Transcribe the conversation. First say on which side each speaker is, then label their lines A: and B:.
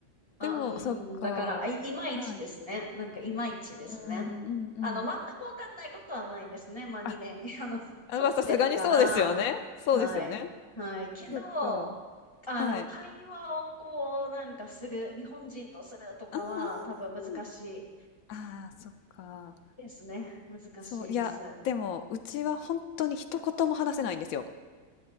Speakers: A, on the left; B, on the left.
A: あ、
B: でも、
A: うん、
B: そっか。
A: だから、い、いまいちですね。
B: はい。う
A: なんか、いまいちですね。
B: ーん、うんうん。
A: あの、全くわかんないことはないですね。まあ、2年、
B: あ、
A: <laughs> あの、
B: あ、
A: 取ってるから。
B: まあ、さすがにそうですよね。そうですよね。
A: はい。はい。けど、
B: そっか。
A: あの、
B: はい。
A: 会話をこう、なんかする、日本人とするとかは、
B: うんうんうんうん。
A: 多分難しい。
B: ああ、そっか。
A: ですね。難しいです。
B: そう、いや、でも、うちは本当に一言も話せないんですよ。